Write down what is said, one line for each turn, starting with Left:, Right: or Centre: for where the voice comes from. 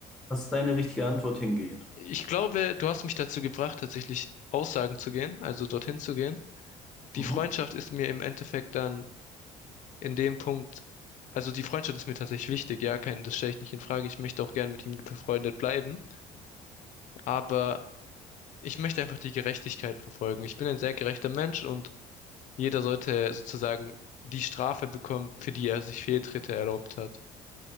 Centre: Was ist deine richtige Antwort hingehen?
Left: Ich glaube, du hast mich dazu gebracht, tatsächlich Aussagen zu gehen, also dorthin zu gehen.
Centre: Mhm.
Left: Die Freundschaft ist mir im Endeffekt dann in dem Punkt, also die Freundschaft ist mir tatsächlich wichtig, ja, kein, das stelle ich nicht in Frage. Ich möchte auch gern mit ihm befreundet bleiben, aber ich möchte einfach die Gerechtigkeit verfolgen. Ich bin ein sehr gerechter Mensch und jeder sollte sozusagen die Strafe bekommen, für die er sich Fehltritte erlaubt hat.